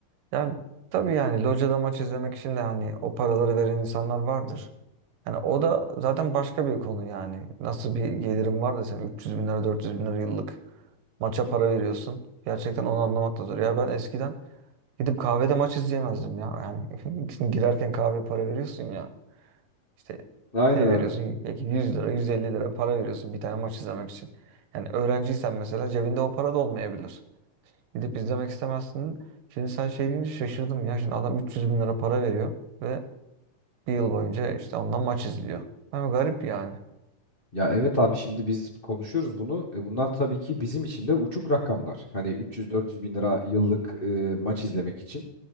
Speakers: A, on the right (about 85°); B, on the left (about 85°).
A: Ya tabii yani locada maç izlemek için de hani o paraları veren insanlar vardır. Yani o da zaten başka bir konu yani. Nasıl bir gelirim var da sen 300 bin lira 400 bin lira yıllık maça para veriyorsun. Gerçekten onu anlamak da zor. Ya ben eskiden gidip kahvede maç izleyemezdim ya. Yani <laughs> şimdi girerken kahveye para veriyorsun ya. İşte
B: Aynen
A: ne
B: abi.
A: veriyorsun? Belki 100 lira 150 lira para veriyorsun bir tane maç izlemek için. Yani öğrenciysen mesela cebinde o para da olmayabilir. Gidip izlemek istemezsin. Şimdi sen şey deyince şaşırdım ya. Şimdi adam 300 bin lira para veriyor ve bir yıl boyunca işte ondan maç izliyor. Ama garip yani.
B: Ya evet abi şimdi biz konuşuyoruz bunu. E bunlar tabii ki bizim için de uçuk rakamlar. Hani 300-400 bin lira yıllık e, maç izlemek için.